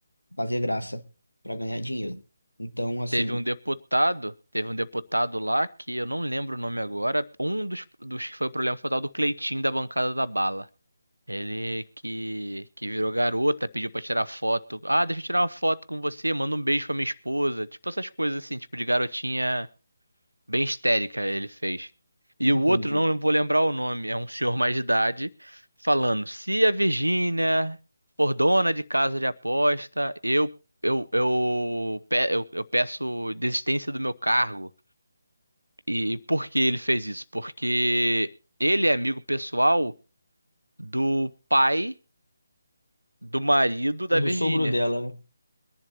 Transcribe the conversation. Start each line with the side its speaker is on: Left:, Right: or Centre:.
Left: fazer graça para ganhar dinheiro. Então, assim,
Right: Teve um deputado, teve um deputado lá que eu não lembro o nome agora. Um dos, dos que foi o problema foi o tal do Cleitinho da bancada da bala. Ele que, que virou garota, pediu pra tirar foto. Ah, deixa eu tirar uma foto com você, manda um beijo pra minha esposa. Tipo essas coisas assim, tipo de garotinha bem histérica ele fez. E
Left: entendi.
Right: o outro, não vou lembrar o nome, é um senhor mais de idade, falando: se a Virgínia for dona de casa de aposta, eu, eu, eu, pe- eu, eu peço desistência do meu cargo. E por que ele fez isso? Porque ele é amigo pessoal do pai. do marido da
Left: O
Right: Virgínia.
Left: do sogro dela, né?